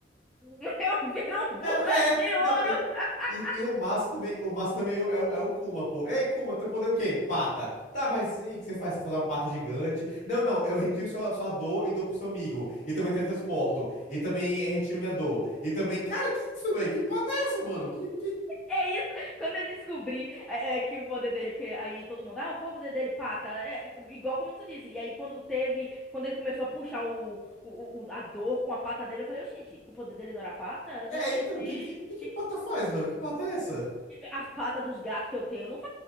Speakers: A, in the centre; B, on the left.
A: <laughs> Eu viro um Buda
B: Não, é,
A: de ouro!
B: não, e,
A: <laughs>
B: e, e o Massa também, o Massa também é, o, é o é o Kuma, pô. Ei, Kuma, teu poder é o quê? Pata. Tá,
A: Hum,
B: mas e aí, o que você faz? Você faz uma pata gigante? Não, não, eu retiro sua, sua dor e dou pro seu amigo. E também teletransporto. E também eh, retiro minha dor. E também, cara, que isso, velho? Que pata é essa, mano? Que que
A: É isso. Quando eu descobri é, é, que o poder dele, porque aí todo mundo, ah, qual é o poder dele? Pata. É, igual como tu disse. E aí, quando teve. Quando ele começou a puxar o, o, o- a dor com a pata dele, eu falei, gente, o poder dele não era pata? Eu
B: É,
A: não entendi.
B: então, que, que, que que
A: Que-
B: pata
A: que-
B: faz, mano? Que pata é essa?
A: As patas dos gatos que eu tenho não